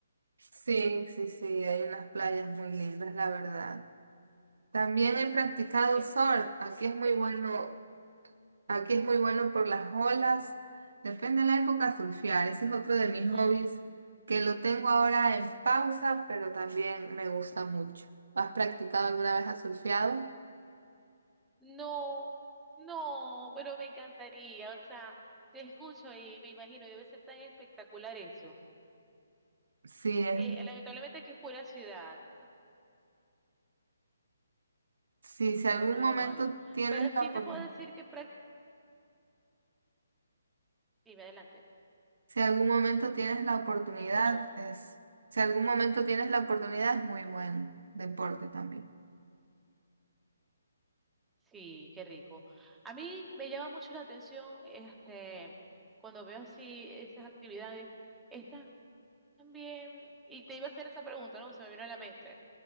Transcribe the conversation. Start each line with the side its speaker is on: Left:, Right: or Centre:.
Right: Sí, sí, sí, hay unas playas muy lindas, la verdad. También he practicado
Centre: Qué,
Right: surf. Aquí es muy
Centre: qué bueno.
Right: bueno Aquí es muy bueno por las olas. Depende de la época surfear. Ese es otro de mis
Centre: Ujú.
Right: hobbies que lo tengo ahora en pausa, pero también me gusta mucho. ¿Has practicado alguna vez? ¿Has surfeado?
Centre: No, no, pero me encantaría. O sea, te escucho y me imagino, debe ser tan espectacular eso.
Right: Sí,
Centre: Eh,
Right: es muy...
Centre: lamentablemente aquí es pura ciudad,
Right: Sí, si
Centre: y
Right: algún
Centre: esto es
Right: momento
Centre: lo malo.
Right: tienes
Centre: Pero sí
Right: la oportunidad,
Centre: te puedo decir que... prac- Dime adelante,
Right: si algún momento tienes la oportunidad,
Centre: te escucho.
Right: es... Si algún momento tienes la oportunidad, es muy buen deporte también.
Centre: Sí, qué rico. A mí me llama mucho la atención este, cuando veo así esas actividades. Están bien, y te iba a hacer esa pregunta, ¿no? Se me vino a la mente.